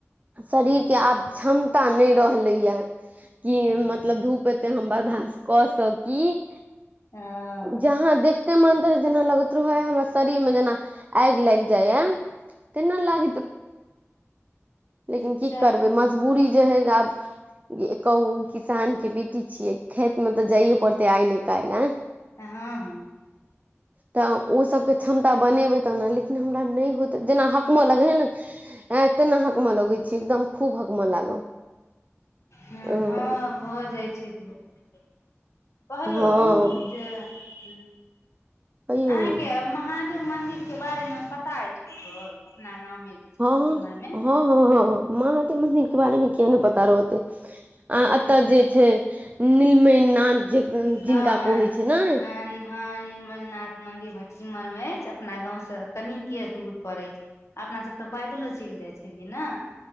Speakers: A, on the right; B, on the left.
A: शरीर के आब क्षमता नहि रहलैया कि मतलब धूप ए बरदास्त कऽ सकी
B: हँ
A: ज े मानतर जेना लगतरु ह हमरा शरीर में जेना आगि लाग जाय य तेना लाग लेकिन
B: अच्छा
A: की करबै मजबूरी जे हय आब कहू किसान के बेटी छियै खेत मे तऽ जाइए पड़ते आइ नहि काल्हि आ
B: हँ हँ
A: तऽ ओ सब के क्षमता बनेबे तना लेकिन हमरा नहि होत जेना हकम लगै हे ने ए तेना हकम लगै छी एकदम खूब हकमऽ लागब
B: ह
A: अं
B: हँ हो जाइ छै धूपप कहलो
A: हँ
B: जे ह
A: कहियौ
B: अहाँके
A: ने
B: महादेव मंन्दिर के बारे मे पता अछि किछो अपना गाँवमे जे
A: हँ
B: ब मरमे
A: हँ हँ मह केे मन्दिर के बारे मे कििया ने पता रहते
B: ह
A: आ एतऽ जे छै नीलम ना जे
B: हँ
A: जिनका
B: हँ
A: कहै छै न
B: हँ हँ निर्मल नाथ मंदिर भटसिमर मे अछि अपना गाँंव से कन के दूर पर अछि अपना सब तऽ पैदलो चलि जाइ छलियै ने